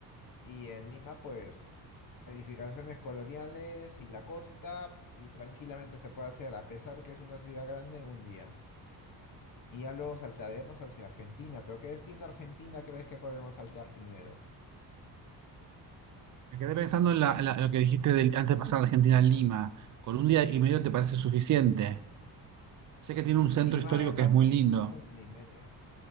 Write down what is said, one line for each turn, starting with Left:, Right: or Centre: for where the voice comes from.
Left: Y en Lima, pues, edificaciones coloniales y la costa, y tranquilamente se puede hacer, a pesar que es una ciudad grande, en un día. Y ya luego saltaremos hacia Argentina. Pero ¿qué destino de Argentina crees que podemos saltar primero?
Right: Me quedé pensando en la- la- lo que dijiste del- antes de pasar de Argentina a Lima. ¿Con un día y medio te parece suficiente? Sé que tiene un centro
Left: Lima
Right: histórico
Left: me parece
Right: que es muy lindo.
Left: urgente un día y medio.